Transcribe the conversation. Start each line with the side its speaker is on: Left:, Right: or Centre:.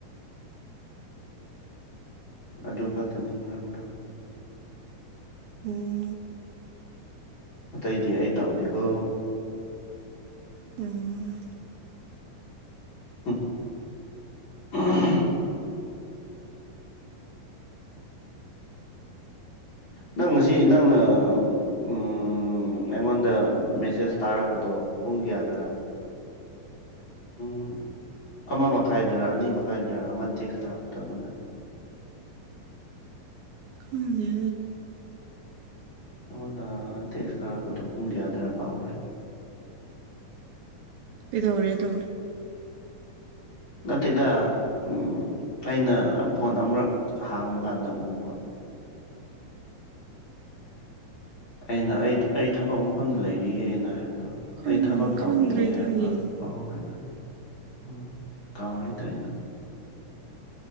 Left: ꯑꯗꯨ ꯈꯛꯇꯅꯦ ꯉꯔꯥꯡꯗꯣ
Right: ꯎꯝ
Left: ꯑꯇꯩꯗꯤ ꯑꯩ ꯇꯧꯗꯦꯀꯣ
Right: ꯎꯝ
Left: ꯍꯨꯛ <unintelligible>
Right: <inaudible>
Left: ꯅꯪ ꯉꯁꯤ ꯅꯪꯅ ꯎꯝ ꯎꯝ ꯑꯩꯉꯣꯟꯗ ꯃꯦꯁꯦꯁ ꯊꯥꯔꯛꯄꯗꯣ ꯄꯨꯡ ꯀꯌꯥꯗꯔ
Right: <inaudible>
Left: ꯎꯝ ꯑꯃ ꯃꯈꯥꯢꯗꯔ ꯑꯅꯤ ꯃꯈꯥꯢꯗꯔ ꯑꯃ ꯇꯦꯛꯁ ꯇꯥꯔꯛꯄꯗꯣ ꯑꯩꯉꯣꯟꯗ
Right: ꯈꯪꯗꯦ
Left: ꯑꯩꯉꯣꯟꯗ ꯇꯦꯛꯁ ꯊꯥꯔꯛꯄꯗꯣ ꯄꯨꯡ ꯀꯌꯥꯗꯔ ꯀꯥꯎꯈ꯭ꯔꯦ
Right: ꯀꯩꯗꯧꯔꯦ ꯑꯗꯣ
Left: ꯅꯠꯇꯦꯗ ꯎꯝ ꯑꯩꯅ ꯐꯣꯟ ꯑꯃꯔꯛ ꯍꯥꯡꯕ ꯀꯥꯟꯗ ꯎꯕ ꯑꯩꯅ ꯑꯩ ꯑꯩ ꯊꯕꯛ ꯃꯐꯝꯗ ꯂꯩꯔꯤꯑꯦꯅ ꯍꯥꯢꯕꯗꯣ
Right: ꯈꯪ
Left: ꯑꯩ ꯊꯕꯛ
Right: ꯈꯪꯗ꯭ꯔꯦꯗ
Left: ꯇꯧꯔꯤꯌꯦ ꯍꯥꯢꯕ꯭ꯔꯥ
Right: ꯌꯦꯡ
Left: ꯀꯥꯎꯔꯦꯗ ꯎꯝ ꯀꯥꯎꯔꯦꯗ ꯑꯩꯅ